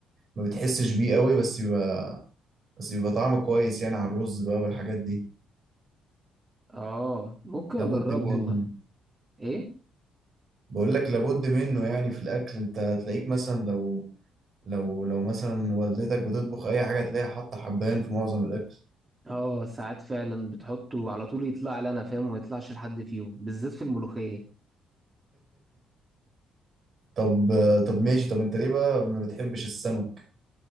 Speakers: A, on the right; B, on the right.
A: ما بتحسش بيه قوي بس بيبقى بس بيبقى طعم كويس يعني على الرز بقى والحاجات دي
B: اه ممكن
A: لابد
B: اجربه
A: منه
B: والله ايه
A: بقول لك لابد منه يعني في الأكل أنت هتلاقيك مثلا لو لو لو مثلا والدتك بتطبخ أي حاجة تلاقيها حاطة حبهان في معظم الأكل
B: اه ساعات فعلا بتحطه على طول يطلع لي انا فاهم وما يطلعش لحد فيهم بالذات في الملوخية
A: طب طب ماشي طب انت ليه بقى ما بتحبش السمك